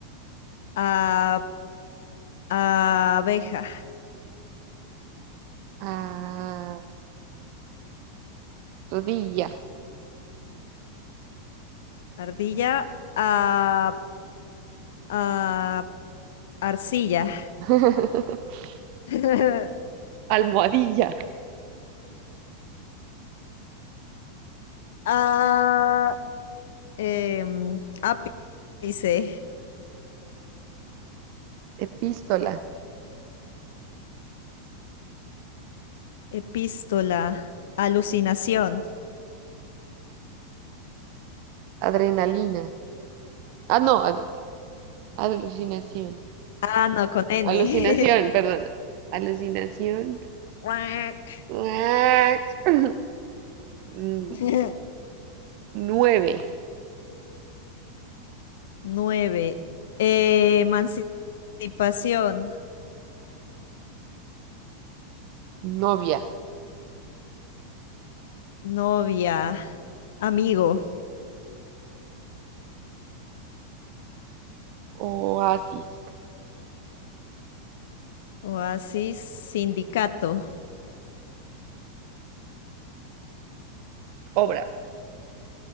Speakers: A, on the left; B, on the right.
A: A- abeja.
B: Ah, rodilla,
A: Ardilla. A, a- arcilla.
B: <laughs>
A: <laughs>
B: almohadilla,
A: A- em, ápice.
B: epístola,
A: Epístola. Alucinación.
B: adrenalina, ah, no, adre- alucinación,
A: Ah, no, con N.
B: alucinación, perdón, alucinación,
A: <laughs> Guac.
B: Guac. <laughs> Mm,
A: <laughs>
B: nueve,
A: Nueve. Eh, emancipación,
B: novia,
A: novia, amigo,
B: oasis,
A: oasis, sindicato,
B: obra,